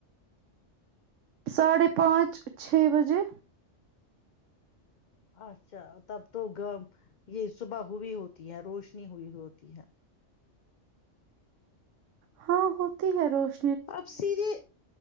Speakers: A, on the right; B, on the left.
A: ساڑھے پانچ چھ بجے
B: اچھا تب تو گ یہ صبح ہوئی ہوتی ہے روشنی ہوئی ہوتی ہے
A: ہاں ہو تہ روش
B: اب سیدھے